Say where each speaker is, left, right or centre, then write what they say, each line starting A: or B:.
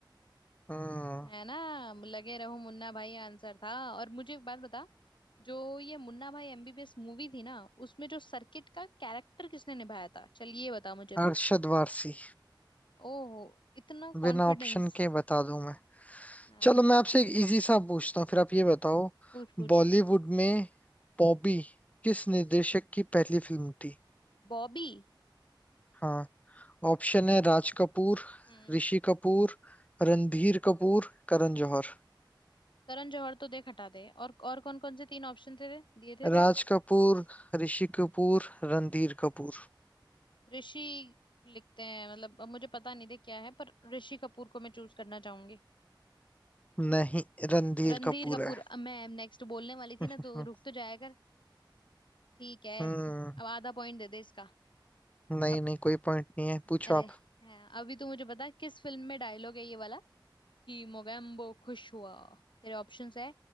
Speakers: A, on the left; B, on the left.
A: हम्म
B: है ना लगे रहो मुन्ना भाई आंसर था और मुझे एक बात बता जो ये मुन्ना भाई एमबीबीएस मूवी थी ना उसमें जो सर्किट का कैरेक्टर किसने निभाया था चल ये बता मुझे
A: अरशद
B: तू
A: वारसी
B: ओहो इतना
A: बिना
B: कॉन्फिडेंस
A: ऑप्शन के बता दूं मैं
B: हाँ,
A: चलो मैं आपसे एक इजी सा पूछता हूँ फिर आप ये बताओ
B: पूछ पूछ
A: बॉलीवुड में बॉबी किस निर्देशक की पहली फिल्म थी
B: बॉबी
A: हाँ ऑप्शन है राज कपूर
B: हम्म
A: ऋषि कपूर रणधीर कपूर करण जौहर
B: करण जौहर तो देख हटा दे और और कौन कौन से तीन ऑप्शन थे दिए थे
A: राज
B: जो
A: कपूर ऋषि कपूर रणधीर कपूर
B: ऋषि लिखते हैं मतलब अब मुझे पता नहीं थे क्या है पर ऋषि कपूर को मैं चूज करना चाहूंगी
A: नहीं रणधीर
B: रणधीर
A: कपूर
B: कपूर
A: है
B: अब मैं नेक्स्ट बोलने वाली थी ना
A: हम्म
B: तो रुक तो जाया ठीक है
A: हम्म।
B: अब आधा पॉइंट दे दे इसका
A: नहीं
B: अब
A: नहीं कोई पॉइंट नहीं है पूछो
B: अरे
A: आप
B: हाँ, अभी तू मुझे बता किस फिल्म में डायलॉग है ये वाला कि मोगैम्बो खुश हुआ तेरे ऑप्शंस है